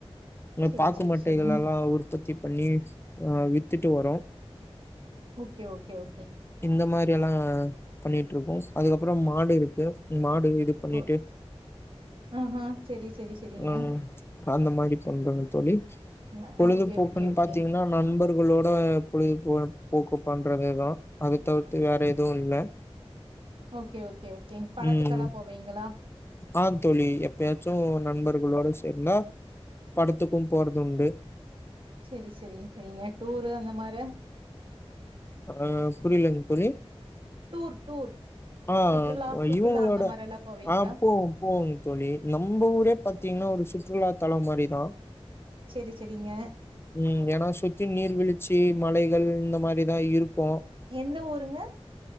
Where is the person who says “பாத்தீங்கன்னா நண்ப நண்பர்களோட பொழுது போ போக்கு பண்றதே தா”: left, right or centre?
Left